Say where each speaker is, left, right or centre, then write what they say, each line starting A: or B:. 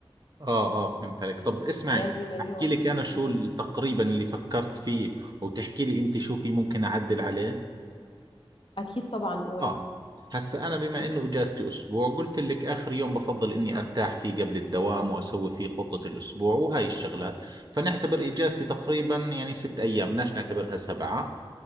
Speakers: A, on the right; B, on the left.
A: اه اه فهمت عليك
B: مش
A: طب اسمعي
B: مش لازم اللي
A: احكي
B: هو
A: لك انا شو
B: مم.
A: ال- تقريبا اللي فكرت فيه وتحكي لي انت شو في ممكن اعدل عليه
B: اكيد طبعا قول
A: اه هسا انا بما انه اجازتي اسبوع قلت لك اخر يوم بفضل اني ارتاح فيه قبل الدوام واسوي فيه خطة الاسبوع وهاي الشغلات فنعتبر اجازتي تقريبا يعني ست ايام بدناش نعتبرها سبعة